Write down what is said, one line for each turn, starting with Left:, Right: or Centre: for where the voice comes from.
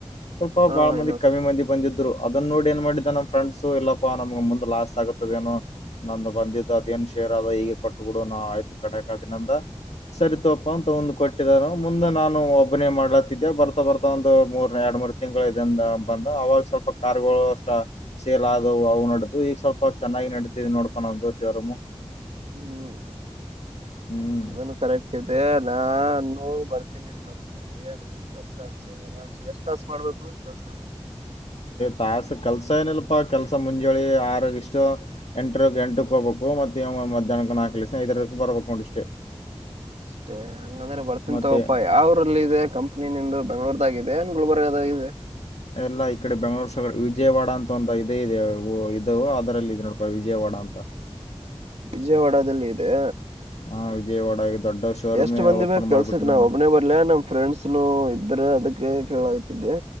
Left: ಸ್ವಲ್ಪ
Right: ಹಾ
Left: ಬಾಳ ಮಂದಿ
Right: ಇನ್ನ
Left: ಕಮ್ಮಿ ಮಂದಿ ಬಂದಿದ್ರು ಅದನ್ನ ನೋಡಿ ಏನ್ ಮಾಡಿದ್ದ ನಮ್ ಫ್ರೆಂಡ್ಸು ಇಲ್ಲಪ್ಪಾ ನಮ್ಗ ಮುಂದ್ ಲಾಸ್ ಆಗತ್ತದ ಏನೋ ನಂದು ಬಂದಿದ್ದ ಅದ ಏನ್ ಶೇರ್ ಅದ ಹೀಗೆ ಕೊಟ್ಟಬಿಡು ನ ಆಯ್ತು ಕಡೆಕ್ದಿನಂದ ಸರಿತಗಪ್ಪ ಅಂತ ಮುಂದ್ ಕೊಟ್ಟಿದಾರ ಮುಂದೆ ನಾನು ಒಬ್ಬ ಒಬ್ಬನೇ ಮಾಡ್ಲತಿದ್ದ ಬರ್ತಾ ಬರ್ತಾ ಒಂದು ಮೂ! ! ಎರಡ್ ತಿಂಗಳ ಇದಂದ ಬಂದ ಅವಾಗ ಸ್ವಲ್ಪ ಕಾರ್ಗಳು ಅಷ್ಟ ಸೇಲ್ ಆದವು ಅವು ನಡ್ದು ಈಗ ಸ್ವಲ್ಪ ಚೆನ್ನಾಗಿ ನಡತಿದ್ ನೋಡ್ಕೊಂಡ ಶೋರ್ರೋಮ್
Right: ಹ್ಮ್
Left: ಹ್ಮ್
Right: ಅದನ್ನು ನಾನು ಬರ್ತೀನಿ ನಿನ್ ಕಂಪ್ನಿಗೆ ನನ್ ಕೆಲ್ಸ ಆರಸ ಎಷ್ಟ ತಾಸು ಮಾಡ್ಬೇಕು ಕೆಲ್ಸ
Left: ತಾಸ ಕೆಲ್ಸ ಏನಲ್ಪಾ ಕೆಲ್ಸ ಮುಂಜೋಳಿ ಆರಗ ಇಷ್ಟು ಎಂಟರ ಎಂಟಕ್ ಹೋಗ್ಬೇಕು ಮತ್ತ ಮಧ್ಯಾಹ್ನಕ್ ನಾಲ್ಕು ರಿಂದ ಐದು ಇದ್ದು ಬರ್ಬೇಕು ನೋಡು ಇಷ್ಟೇ
Right: ಅಷ್ಟೇ ಹಂಗಂದ್ರೆ ಬರ್ತನೀ
Left: ಮತ್ತೆ
Right: ತಕೊಪ್ಪ ಯಾವ್ರಲ್ಲಿ ಇದೆ ಕಂಪ್ನಿ ನಿಂದು ಬೆಂಗಳೂರು ಹಾಗೆ ಇದೆ ಗುಲ್ಬರ್ಗ ನಾಗ್ ಇದೆ
Left: ಎಲ್ಲಾ ಈ ಕಡೆ ಬೆಂಗ್ಳೂರ್ ಸಗಡೆ ವಿಜಯವಾಡ ಅಂತನೊಂದು ಹಳ್ಳಿ ಇದೆ ಇದು ಅದರಲ್ಲಿ ನೋಡಪ್ಪ ವಿಜಯವಾಡ ಅಂತ
Right: ವಿಜಯವಾಡದಲ್ಲಿ ಇದೆ
Left: ಹಾ ವಿಜಯವಾಡ ದೊಡ್ಡ ಶೋರೂಮೇ
Right: ಎಷ್ಟ್ ಮಂದಿ
Left: ಓಪನ್
Right: ಬೇಕು ಕೆಲ್ಸಕ್
Left: ಮಾಡ್ಬಿಟ್ಟೆ
Right: ನಾವ್
Left: ನಾನು
Right: ಒಬ್ಬನೇ ಬರ್ಲ ನಮ್ ಫ್ರೆಂಡ್ಸ್ನು ಇದ್ರ ಅದಕ್ ಕೇಳಕತಿದ್ದೆ